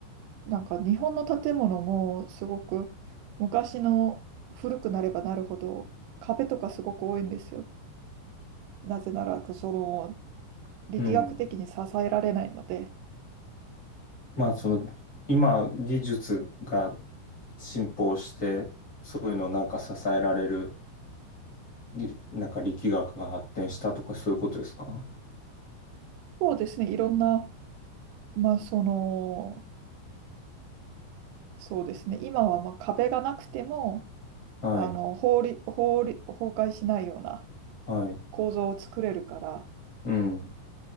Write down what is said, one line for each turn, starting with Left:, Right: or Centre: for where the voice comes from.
Right: なんか日本の建物もすごく昔の古くなればなるほど壁とかすごく多いんですよ。なぜならその力学的に支えられないので。
Left: うん。まあその、今、技術が進歩して、そういうのをなんか支えられるりなんか力学が発展したとかそういうことですか
Right: そうですね、いろんな、まあその、そうですね、今はまあ壁がなくても
Left: はい、
Right: あの法律、法律、崩壊しないような
Left: はい、
Right: 構造を作れるから。
Left: うん、